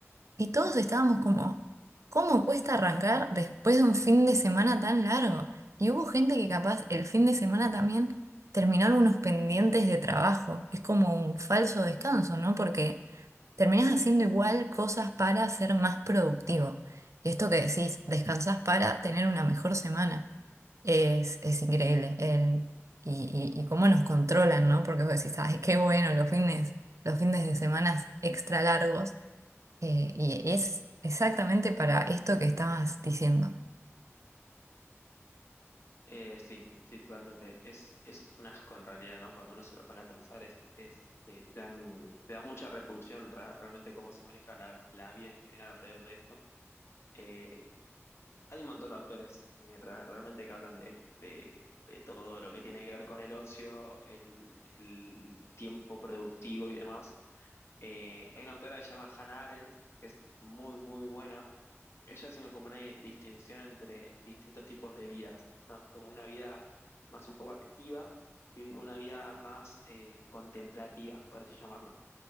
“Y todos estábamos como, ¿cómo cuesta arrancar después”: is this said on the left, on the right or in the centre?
Right